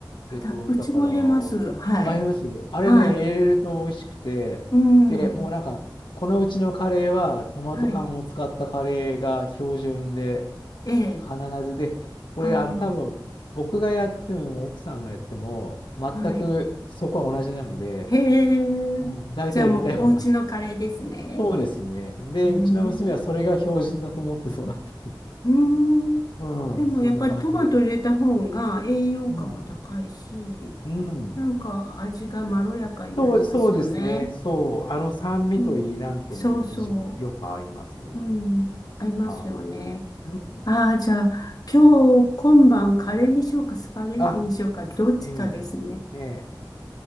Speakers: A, on the left; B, on the left.
A: あ、
B: えっと、
A: だ、うちも入れます。
B: だから、
A: はい。
B: あ、ります。あれね、
A: はい。
B: 入れると美味しくて、
A: うん。
B: で、もうなんか、このうちのカレーはトマト缶を使ったカレーが標準で、
A: はい。ええ。
B: 必ずで、これ、
A: ああ。
B: あの、多分、僕がやっても奥さんがやっても、全くそこは同じなので、
A: はい。へえ。
B: うん、大体似たような。
A: じゃあもうお家のカレーですね。
B: そうですね。で、
A: うーん。
B: うちの娘はそれが標準だと思って育って。
A: うーん。
B: うん、
A: でもやっぱりトマト入れた方が栄養価も高いし、
B: <laughs> そんな感じです。うん。うん。
A: なんか味がまろやかになりますよね。
B: そう、そうですね。そう。あの酸味といい、
A: うん。
B: なんといい、
A: そうそ
B: 非常によく合いますね。
A: う。うん。合いますよね。
B: はい。うん、
A: ああ、じゃあ今日今晩カレーにしようかスパゲッティにしようかどっちかですね。
B: あ、うん。ねえ。